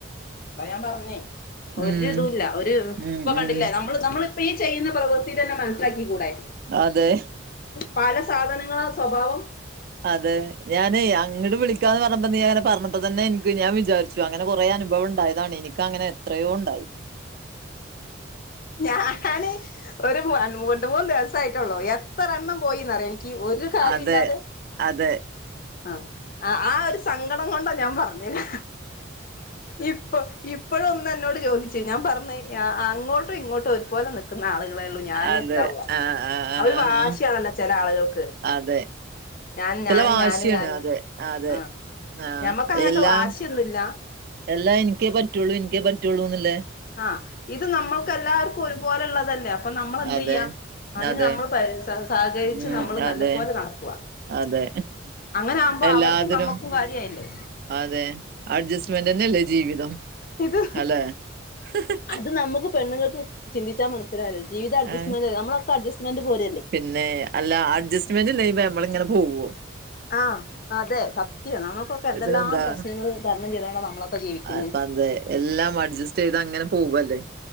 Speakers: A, on the left; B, on the right.
A: അപ്പൊ ഞാൻ പറഞ്ഞേ ഒരിതുല്ല
B: ഉം
A: ഒരു
B: ഉം
A: ഇപ്പൊ കണ്ടില്ലേ
B: ഉം
A: നമ്മ നമ്മള് നമ്മളിപ്പ ഈ ചെയ്യുന്ന പ്രവൃത്തി തന്നെ മനസ്സിലാക്കി കൂടെ
B: അതെ
A: പല സാധനങ്ങള് സ്വഭാവം
B: അതെ ഞാനേ അങ്ങട് വിളിക്കാന്ന് പറഞ്ഞ നീ അങ്ങനെ പറഞ്ഞപ്പോ തന്നെ എനിക്ക് ഞാൻ വിചാരിച്ചു അങ്ങനെ കൊറെ അനുഭവം ഉണ്ടായതാണ് എനിക്ക് അങ്ങനെ എത്രയോ ഉണ്ടായി
A: ഞാന് ഒരു രണ്ട് മൂന്ന് ദിവസ ആയിട്ടുള്ളൂത്ര ഇത്ര എണ്ണം പോയിന്നറിയോ എനിക്ക് ഒരു കാര്യ
B: അതെ
A: ഇല്ലാതെ
B: അതെ
A: ആഹ ആ ആ ഒരു സങ്കടം കൊണ്ടാ ഞാൻ പറഞ്ഞേരാ ഇപ്പ ഇപ്പോഴ ഒന്ന് എന്നോട് ചോദിച്ചു ഞാൻ പറഞ്ഞ അങ്ങോട്ടും ഇങ്ങോട്ടും ഒരുപോലെ ന്ന ആളുകളേള്ളൂ ഞാന്
B: അതെ
A: ഇതാവുക
B: ആഹ് ആഹ് ആഹ്
A: അവര് വാശിയാണല്ലോ
B: ആഹ്
A: ചെല ആളുകൾക്ക്
B: അതെ
A: ഞാന്
B: ചില
A: ഞാന്
B: വാശിയാണ്
A: ഞാന് ഞാനും
B: അതെ അതെ
A: ആഹ
B: ആഹ്
A: ഞമ്മക്ക് അങ്ങനത്തെ
B: എല്ലാം
A: വാശിയൊന്നുംല്ല
B: എല്ലാം എനിക്കേ പറ്റുള്ളു എനിക്കേ പറ്റുള്ളൂന്നല്ലേ
A: ആഹ് ഇത് നമ്മൾക്കല്ലാവർക്കും ഒരുപോലെുള്ളള്ളതല്ലേ അപ്പൊ നമ്മൾ എന്ത്
B: അതെ
A: ചെയ്യാം അതിന്
B: അതെ
A: നമ്മൾ പ സഹകരിച്ച്
B: ഉം
A: നമ്മള് നല്ല
B: അതെ
A: പോലെ നടക്കുക
B: അതെ
A: അങ്ങനെ ആകുമ്പോ
B: എല്ലാതിനും
A: അവർക്കും നമ്മുക്കും കാര്യായില്ലേ
B: അതെ അഡ്ജസ്റ്റുമെന്റ് തന്നെല്ലേ ജീവിതം
A: ഇത്
B: അല്ലെ <unintelligible>
A: അത് നമുക്കു പെണ്ണൾക്ക് ചിന്തിച്ചാൽ മനസിലവുല്ലോ ജീവിത അഡ്ജസ്റ്റ്
B: ആ,
A: നമ്മൊക്കെ അഡ്ജസ്റ്റ് പോലും
B: പിന്നെ അല്ല അഡ്ജസ്റ്റ്മെന്റ് ഇല്ലങ്ക നമ്മള ഇങ്ങനെ പോവുവോ
A: ആഹ് അതെ സത്യം നമുക്കൊക്കെ എന്തെല്ലാം
B: ഇതിനെന്താ
A: പ്രശ്നങ്ങൾ തരണം ചെയ്ത കൊണ്ടാണ് നമ്മളൊക്കെ ജീവിക്കുന്നത്
B: അപ്പ അതെ എല്ലാം അഡ്ജസ്റ്റ് ചെയ്ത് അങ്ങനെ പോവല്ലേ